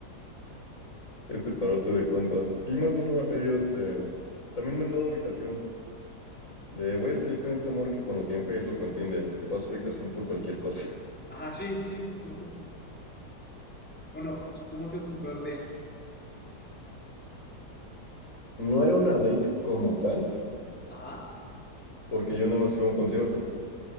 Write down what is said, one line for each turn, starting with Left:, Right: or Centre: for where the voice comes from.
Left: Este parote de compas. Sí, más de uno me ha pedido este. También me han dado ubicación. De voy a salir con esta morra que conocí en Facebook o en Tinder. Te paso ubicación por cualquier cosa. <laughs>
Centre: Ajá, sí, sí, justo, justo. Bueno, ¿y cómo ha sido tu peor date?
Left: No era una date como tal,
Centre: Ajá.
Left: porque yo nada más iba a un concierto.